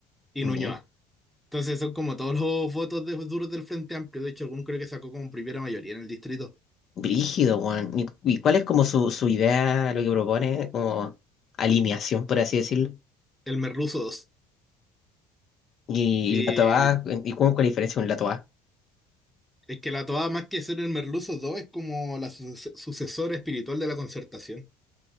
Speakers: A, in the centre; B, on the left.
A: Y
B: ¿Ya?
A: Nuñoa. Entonces son como todos los votos de, duros del Frente Amplio. De hecho, algún creo que sacó como primera mayoría en el distrito.
B: Brígido, weón. ¿Y y cuál es como su, su idea, lo que propone, como alineación, por así decirlo?
A: El Merluzo dos
B: Y,
A: Y
B: y la toa, ¿y cómo es la diferencia con la toa?
A: es que la toada más que ser el Merluzo dos es como la su- sucesora espiritual de la Concertación.